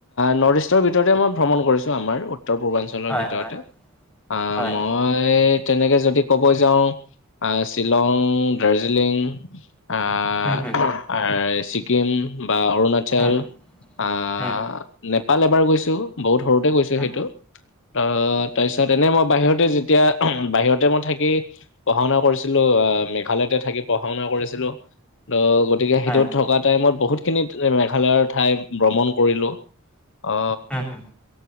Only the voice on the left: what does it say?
নৰ্থ-ইষ্টৰ ভিতৰতে মই ভ্ৰমণ কৰিছোঁ আমাৰ উত্তৰ পূৰ্বাঞ্চলৰ
ভিতৰতে।
অ
মই মই তেনেকে যদি ক'ব যাওঁ শ্বিলং, দাৰ্জিলিং আহ
আৰ ছিকিম। বা অৰুণাচল
আহ
নেপাল এবাৰ গৈছো। বহুত সৰুতে গৈছো
সেইটো। ত'
তাৰপিছত এনেই মই বাহিৰতে যেতিয়া বাহিৰতে মই থাকি পঢ়া-শুনা কৰিছিলোঁ মেঘালয়তে থাকি পঢ়া-শুনা কৰিছিলোঁ। ত গতিকে সেইটো
থকা টাইমত বহুতখিনি মেঘালয়ৰ ঠাই ভ্ৰমণ কৰিলো। অ।